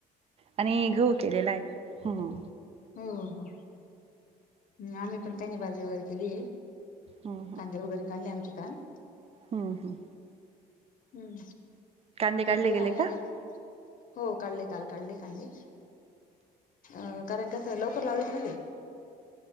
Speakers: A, on the right (about 35°); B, on the left (about 50°).
A: आणि घऊ केलेलाय, हम्म.
B: ओ, हो अम्, आमी पण कनी बाजरी वगरे केली.
A: हम्म
B: कांदे वगैरे काढले आमचे काल.
A: हम्-हम्
B: अम्,
A: कांदे काढले
B: तपहाय
A: गेले का
B: आता हो काड्ले काल काड्ले कांदे. अं कारण कसं लवकर लावलेते ना ते.